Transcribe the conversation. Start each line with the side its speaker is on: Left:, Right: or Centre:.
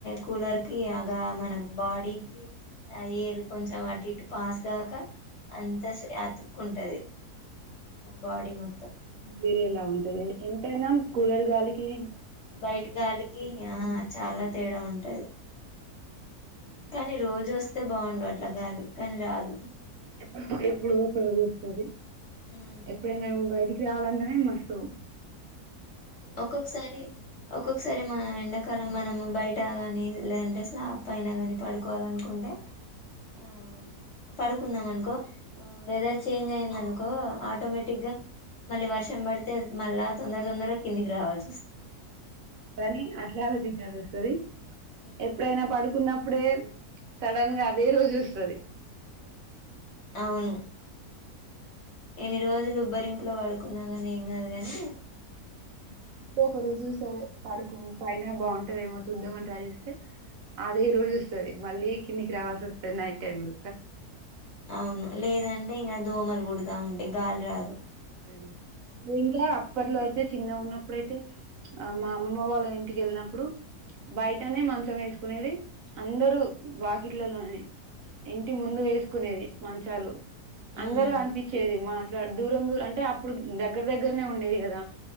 Left: కూలర్ కి అగా మనకు బాడీకి ఆ ఏరు కొంచెం మాటిట్ పాస్ గాక అంత అతుక్కుంటది బాడీ మొత్తం
Right: వేరే ఎలా ఉంటది ఎంతైనా కూలర్గాలికి
Left: బయట లికి ఆ చాలా తేడా ఉంటది కానీ రోజు వస్తే బాగుండారు ట్గాలి కానీ రాదు
Right: ఆ ఇప్పుడు ఉపయోగగిస్తుంది
Left: హ్మ్
Right: ఎప్పుడనా బైటి కావాలంటేనే మస్తుం
Left: ఒక్కొక్కసారి ఒక్కొక్కసారి మా ఎండాకాలం మనము బయట అట్టా గాని లేదంటే అసలు అప్పా అయినా కాని పడుకోవాలనుకుంటే ఆ పడుకుందాం అనుకో వెదర్ చేంజ్ అయింది అనుకో ఆటోమేటిక్ గా మళ్ళీ వర్షం పడితే మళ్ళా తొందర కందికి రాల్
Right: వా ాలజద్దారుస్తురిీ
Left: ఉమ్
Right: ఎప్పుడైనా పడుకున్న అప్పుడే సడన్ గా అదే రోజు వస్తుంది
Left: అవును ఎన్ని రోజులు కొబ్బరింపులో పడుకున్నా ని ఏం కాదు ని
Right: ఇ ఒక రోజు సరే పాడుకొని పైైన బాగుంటాదేమో చూద్దామని ట్రై చేస్తే అదే
Left: ఉమ్
Right: రోజు వస్తుంది మళ్ళీ కిన్నికి రావాస వస్తే నైట్ టైమ్లు
Left: అవును లేదంటే ఇంకా దోమలు గుడతా ఉంటు గాల్ రాదు
Right: ఏ ఇంకా
Left: ఉమ్
Right: అప్పట్లో అయితే అయితే చిన్న ఉన్నప్పుడుయితే ఆ మా అమ్మమ్మ వాళ్ళ ఇంటికి వెళ్ళినప్పుడు బయటనే
Left: ఉమ్
Right: మంచం వేసుకు కునేది అందరుూ వాకిట్లలోని ఇంటి ముందు
Left: ఉమ్
Right: వేసుకునేది మంచాలు అందరు
Left: ఉమ్
Right: కనిపించేది మా దూరం దూర్ అం అంటే అప్పుడు దగ్గర దగ్గరనే ఉండేది కదా